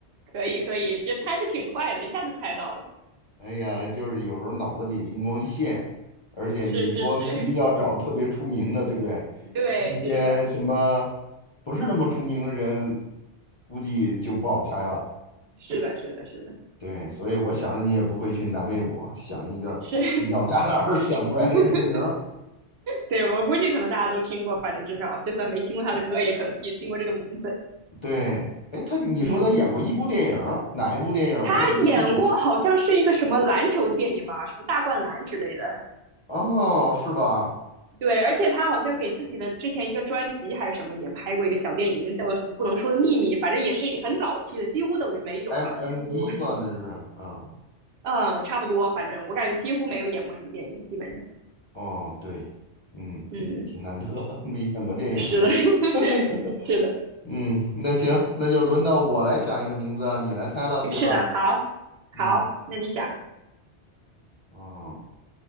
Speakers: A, on the right (about 70°); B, on the left (about 35°).
A: 可以可以，这猜的挺快的，一下就猜到了，
B: 哎呀，就是有时候脑子里灵光一现，而且你说肯定要找特别出名的，
A: 是是是，
B: 对不对？
A: <laughs> 对，
B: 那些什么不是那么出名的人，
A: 是的，
B: 估计就不好猜了。
A: 是的，是的，是的，
B: 对，所以我想着你也不会去难为我，想一个犄角旮旯儿
A: 是。
B: <laughs> 想出来的人名儿。
A: <laughs> 对，我估计可能大家都听过，反正至少就算没听过他的歌，也可能也听过这个名字。
B: 对，哎，他你说他演过一部电影儿哪一部电影儿我怎么没印象？
A: 嗯，他演过好像是一个什么篮球电影吧，什么大灌篮之类的。
B: 哦，是吧
A: 对，而且他好像给自己的之前一个专辑还是什么也拍过一个小电影，叫做什么不能说的秘密，反正也是很早期的，几乎等于没有吧，
B: ？M
A: 几乎
B: MV 吧，那是啊。
A: 呃差不多，反正我感觉几乎没有演过什么电影，基本上，
B: 哦，对，嗯，
A: 嗯，
B: 挺难得，<laughs> 没演过电影。
A: 是的，<laughs>
B: <laughs>
A: 是的，
B: 嗯，那行，那就轮到我来想一个名字啊，你来猜了，对吧？
A: 是的，好，好，
B: 嗯，
A: 那你想，
B: 哦，